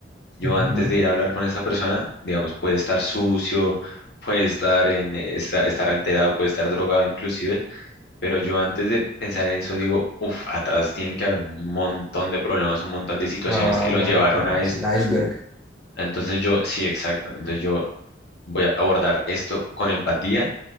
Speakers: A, on the left; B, in the centre.
A: yo
B: Ujú,
A: antes de ir a hablar con esa persona, digamos, puede estar sucio, puede estar en, eh, esta- estar alterado, puede estar drogado inclusive. Pero yo antes de pensar en eso digo, uff, atrás tienen que haber un montón de problemas, un montón de situaciones
B: Claro,
A: que lo llevaron
B: claro,
A: a
B: es
A: esto.
B: el iceberg.
A: Entonces yo, sí, exacto. Entonces yo voy a abordar esto con empatía